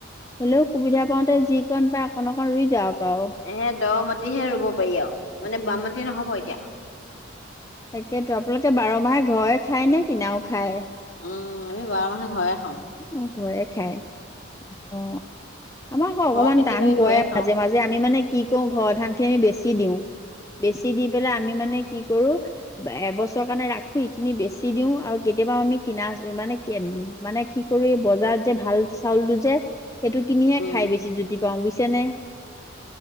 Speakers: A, on the left (about 15°); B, on the left (about 65°).
A: হ'লেও সুবিধা পাওঁতে যি কণ পায় অকণ অকণ ৰুই যাওক। আৰু
B: এহে দ মাটিহে ৰুব পাৰি আৰু মানে
A: উম,
B: বাম মাটি নহ'ব এতিয়া।
A: তাকেতো আপোনালোকে বাৰ মাহে ঘৰে খায় নে কিনাও খায়?
B: উম আমি বাৰ মাহে ঘৰে খা <unintelligible>
A: অ' ঘৰে খাই। উম, আমাৰ আকৌ অকনমান
B: ঘৰৰ খেতি
A: টান
B: কৰি
A: পৰে,
B: ঘৰে খাওঁ
A: মাজে মাজে আমি মানে কি কৰো ঘৰৰ ধান খিনি বেছি <unintelligible> দিওঁ। বেছি দি পেলাই আমি মানে কি কৰোঁ, এবছৰ কাৰণে ৰাখো এইখিনি বেচি দিও আৰু কেতিয়াবাও আমি কিনা মানে, মানে কি কৰোঁ, এই বজাৰত যে ভাল চাউলটো যে সেইটো কিনিহে
B: উম
A: খাই বেছি জুতি পাওঁ বুইছেনে?